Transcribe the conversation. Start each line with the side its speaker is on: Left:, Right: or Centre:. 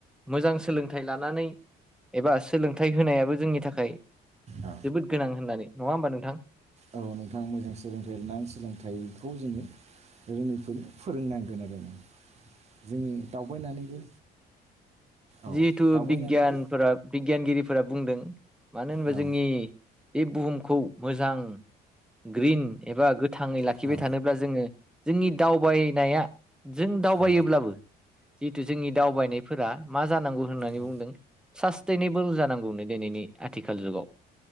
Centre: मोजां सोलोंथाइ लानानै एबा सोलोंथाइ होनायाबो जोंनि थाखाय
Right: औ
Centre: जोबोद गोनां होननानै नङा होमबा नोंथां
Right: औ नोंथाङा मोजां सोलोंथाइ लानानै सोलोंथाइखौ जोङो रोङैफोरनो फोरोंनांगोन आरो ना जों दावबायनानैबो औ
Centre: जिहेतु
Right: दावबायनानैबो
Centre: बिगियानफोरा बिगियानगिरिफोरा बुंदों मानो होनोबा
Right: औ
Centre: जोंनि बे बुहुमखौ मोजां ग्रिन एबा गोथाङै लाखिबाय
Right: औ
Centre: थानोब्ला जोङो जोंनि दावबायनाया जों दावबायोब्लाबो
Right: औ
Centre: जिहेतु जोंनि दावबायनायफोरा मा जानांगौ होननानै
Right: औ
Centre: बुंदों सास्टेनेबोल जानांगौनो दिनैनि आथिखाल जुगाव